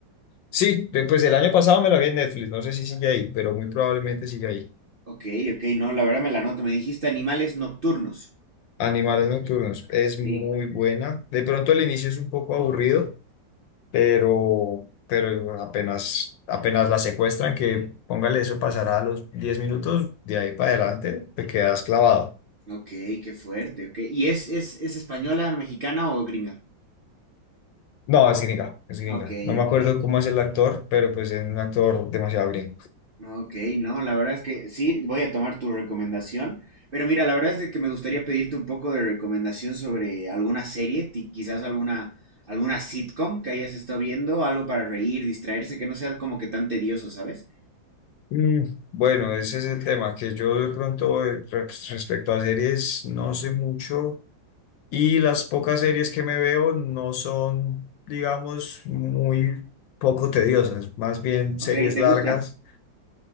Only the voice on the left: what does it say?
Sí, de- pues el año pasado me la vi en Netflix, no sé si sigue ahí, pero muy probablemente sigue ahí.
Animales Nocturnos es muy
buena. De pronto el inicio es un poco aburrido, pero, pero apenas, apenas la secuestran, que póngale eso, pasará a los 10 minutos, de ahí para adelante te quedas clavado.
No, es gringa, es gringa.
No me
acuerdo cómo es el actor, pero pues es un actor demasiado gringo.
Mm, bueno, ese es el tema, que yo de pronto eh, re- respecto a series no sé mucho y las pocas series que me veo no son, digamos, muy poco tediosas, más bien
series
largas